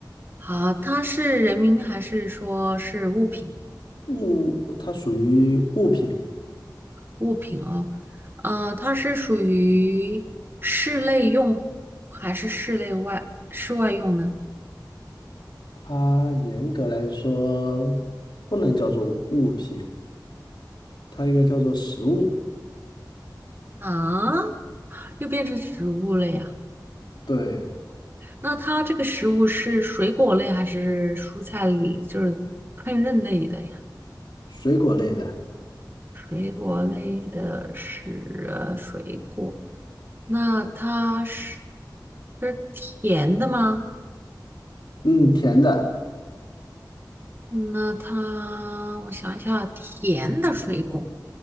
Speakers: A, on the right; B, on the left.
A: 好，它是人名还是说是物品？
B: 物，它属于物品，
A: 物品哦，呃，它是属于室内用还是室内外室外用呢？
B: 它严格来说不能叫做物品，它应该叫做食物，
A: 啊，又变成植物了呀？
B: 对，
A: 那它这个食物是水果类还是蔬菜类，就是烹饪类的呀？
B: 水果类的，
A: 水果类的是呃水果，那它是是甜的吗？
B: 嗯，甜的，
A: 那它，我想一下，甜的水果，